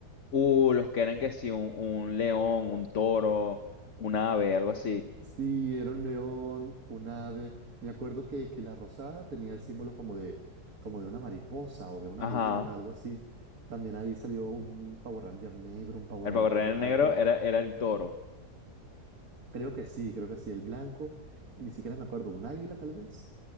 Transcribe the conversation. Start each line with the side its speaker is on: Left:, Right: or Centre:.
Left: Uh, los que eran que sí, un, un león, un toro, un ave, algo así.
Right: Sí, era un león, un ave. Me acuerdo que, que la rosada tenía el símbolo como de, como de una mariposa o de una
Left: Ajá.
Right: libélula, algo así. También ahí salió un Power Ranger negro, un Power
Left: El
Right: Ranger
Left: Power Ranger
Right: blanco.
Left: negro era, era el toro.
Right: Creo que sí, creo que sí. El blanco, ni siquiera me acuerdo, un águila tal vez.